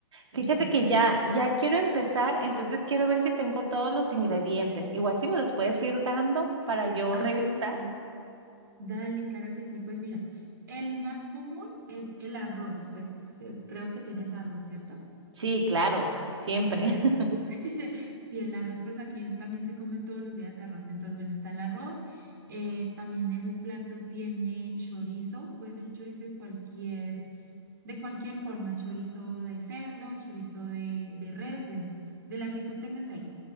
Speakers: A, on the right; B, on the right.
A: Fíjate
B: o cómo?
A: que ya, ya quiero empezar, entonces quiero ver si tengo todos los ingredientes. Igual si me los puedes ir dando para yo
B: Ah,
A: revisar.
B: sí, dale, claro que sí. Pues mira, el más común es el arroz, pues sí, creo que tienes arroz, ¿cierto?
A: Sí, claro, siempre.
B: Dale.
A: <laughs>
B: <laughs> si el arroz, pues aquí también se come todos los días arroz. Entonces, bueno, está el arroz. eh, también el plato tiene chorizo, puede ser chorizo de cualquier, de cualquier forma, chorizo de cerdo, chorizo de, de res, bueno, de la que tú tengas ahí.